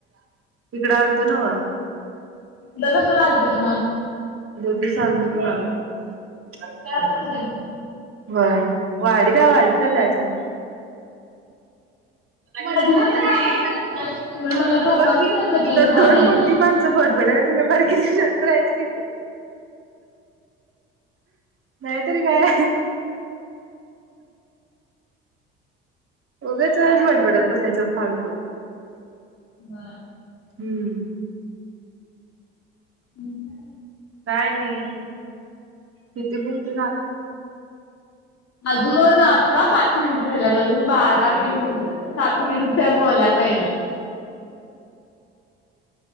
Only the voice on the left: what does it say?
<unintelligible> कशाला आलतीस मग?
<unintelligible>
कधी मधी का बोलतात कुणास ठाऊक बाई मला डोकाच
खेळतं बिनकामाचं.
बर
आणि काय?
अजून आत्ता पाच मिनिट झाल्यात अजून बारा मिनिट सात मिनिट बोलाय पाहिजे.